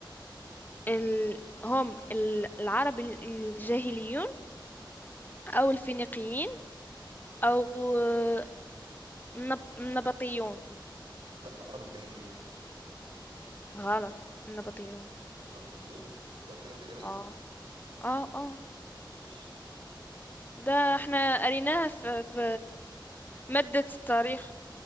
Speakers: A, on the left; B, on the right.
A: ال... هم ال- العرب ال- الجاهليون أو الفينيقيين أو آه، النب- النبطيون
B: لا العرب الجاهليون
A: غلط النبطيون
B: النبطيون متأكدة من الإجابة دي
A: اه اه اه
B: ماشي
A: ده احنا قريناها في في مادة التاريخ